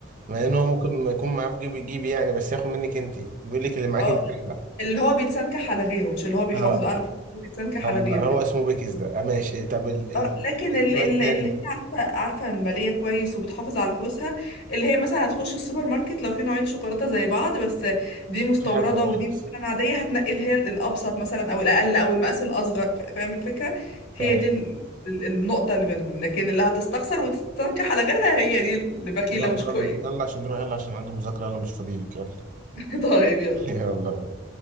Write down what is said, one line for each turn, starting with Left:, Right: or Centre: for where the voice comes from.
Right: مع ان هو ممكن ما يكون معاه في جيبي جيبي يعني بس ياخد منك انت بيقول لك اللي معاك
Left: اه
Right: انت احلى
Left: اللي هو بيتسنكح على غيره مش اللي هو بيحافظ
Right: اه
Left: بقى على فلوسه اللي هو بيتسنكح
Right: الله
Left: على غيره
Right: هو اسمه بيكس ده آه ماشي إيه، طب ال ال
Left: اه لكن
Right: النوع
Left: ال- ال-
Right: التاني
Left: اللي هي عارفه عارفه الماليه كويس وبتحافظ على فلوسها اللي هي مثلا هتخش السوبر ماركت لو في نوعين شوكولاته زي بعض بس دي مستورده
Right: في حاجة ارخص
Left: ودي مثلا عاديه هتنقي اللي هي الابسط مثلا او الاقل او المقاس الاصغر فا- فاهم الفكره هي
Right: فاهم
Left: دي ال- ال- النقطه اللي بينهم لكن اللي هتستخسر وتستنكح على غيرها هي دي اللي بخيله
Right: يلا
Left: مش كويس
Right: يلا يلا عشان نروح يلا عشان عندي مذاكرة يلا مش فاضيلك يلا
Left: <laughs> طيب يلا
Right: <laughs> يلا